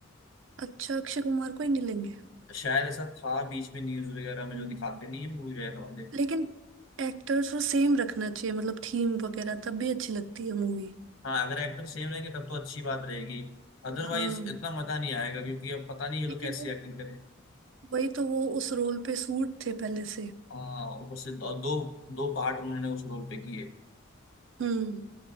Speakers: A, on the right (about 65°); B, on the left (about 80°).
A: अच्छा अक्षय कुमार को ही नहीं लेंगे
B: शायद ऐसा था बीच में न्यूज वगैरह में
A: हम्म।
B: जो दिखाते नहीं है मूवी वगैरह वाले
A: लेकिन एक्टर्स को सेम रखना चाहिए मतलब थीम वगैरह तब भी अच्छी लगती है मूवी
B: हाँ अगर एक्टर सेम रहेंगे तब तो अच्छी बात रहेगी अदरवाइज
A: हाँ
B: इतना मजा नहीं आएगा क्योंकि अब पता नहीं ये लोग
A: क्योंकि
B: कैसी
A: वो
B: एक्टिंग करें
A: वही तो वो उस रोल पे सूट थे पहले से
B: हाँ ऊपर से दो दो, दो पार्ट उन्होंने उस रोल पे किए
A: हम्म